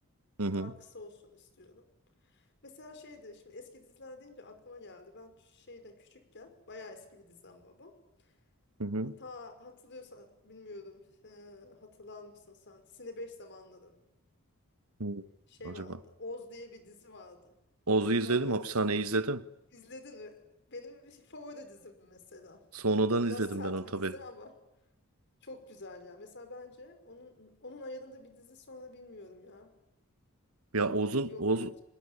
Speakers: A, on the right; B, on the left.
A: Hı hı.
B: Daha kısa olsun istiyorum. Mesela şeydi şimdi eski diziler deyince aklıma geldi. Ben şeyden küçükken bayağı eski bir dizi ama bu.
A: Hı hı.
B: Hata hatırlıyorsan bilmiyorum. Ee, hatırlar mısın sen? Sine 5 zamanları.
A: Hı.
B: Şey
A: Acaba.
B: vardı. Oz diye bir dizi vardı.
A: Oz'u izledim.
B: Biraz böyle
A: Hapishaneyi
B: s-
A: izledim.
B: izledin mi? Benim bir şey, favori dizim mesela.
A: Sonradan
B: Biraz
A: izledim
B: sert
A: ben onu
B: bir
A: tabii.
B: dizi ama çok güzel ya. Mesela bence onun onun ayarında bir dizi sonra bilmiyorum ya.
A: Ya Oz'un
B: Yok
A: Oz
B: yani.